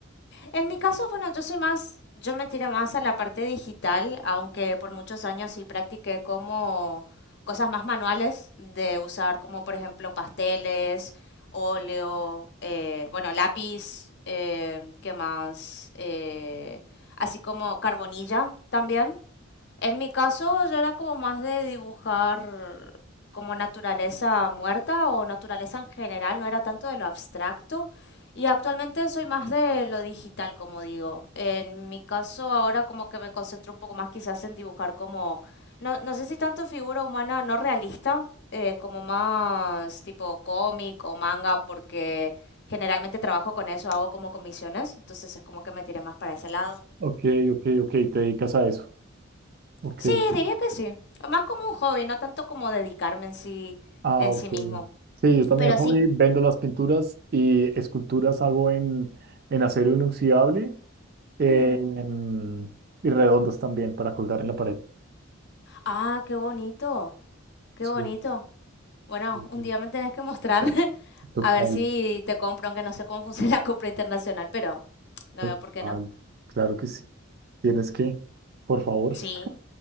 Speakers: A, on the left; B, on the right.
A: En mi caso, bueno, yo soy más, yo me tiro más a la parte digital, aunque por muchos años sí practiqué como cosas más manuales de usar, como por ejemplo pasteles, óleo, eh, bueno, lápiz, eh, ¿qué más? Eh, así como carbonilla también. En mi caso, yo era como más de dibujar como naturaleza muerta o naturaleza en general, no era tanto de lo abstracto. Y actualmente soy más de lo digital, como digo. En mi caso, ahora como que me concentro un poco más quizás en dibujar como, no, no sé si tanto figura humana no realista, eh, como más tipo cómic o manga, porque generalmente trabajo con eso, hago como comisiones, entonces es como que me tiré más para ese lado.
B: Ok, ok, ok, te dedicas a eso. Ok.
A: Sí, diría que sí. Más como un hobby, no tanto como dedicarme en sí,
B: Ah,
A: en
B: ok.
A: sí mismo.
B: Sí, yo también,
A: Pero
B: hobby,
A: sí.
B: vendo las pinturas y esculturas hago en, en acero inoxidable eh,
A: Ujú.
B: en- y redondas también para colgar en la pared.
A: Ah, qué bonito, qué
B: Sí,
A: bonito. Bueno,
B: sí,
A: un
B: sí.
A: día me tenés que mostrar. <laughs>
B: Total,
A: A ver si te compro, aunque no sé cómo <laughs> funciona la compra internacional, pero no
B: total.
A: veo por qué no.
B: Claro que sí. Tienes que, por favor.
A: Sí,